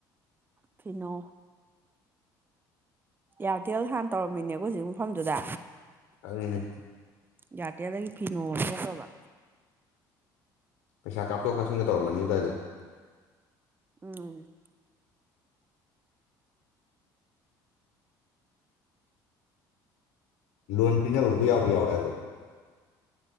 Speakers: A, on the right; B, on the left.
A: ꯀꯩꯅꯣ ꯏꯌꯥꯔꯇꯦꯜ ꯍꯥꯟꯅ ꯇꯧꯔꯝꯃꯤꯅꯦꯕꯣ ꯍꯧꯖꯤꯛ ꯃꯐꯝꯗꯨꯗ
B: ꯑꯗꯨꯅꯤꯅꯦ
A: ꯌꯥꯇꯦꯗꯒꯤ ꯐꯤꯅꯣ ꯑꯣ ꯊꯣꯛꯣꯛꯈ꯭ꯔꯕ
B: ꯄꯩꯁꯥ ꯀꯥꯞꯊꯣꯛ ꯀꯥꯞꯁꯤꯟꯒ ꯇꯧꯔꯝꯕꯅꯤ ꯑꯗꯨꯗꯥꯋꯥꯏꯗꯣ
A: ꯎꯝ <unintelligible> <inaudible>
B: ꯂꯣꯟ ꯄꯅꯕ ꯎꯕ ꯌꯥꯎꯕ ꯌꯥꯎꯗꯕ꯭ꯔꯣ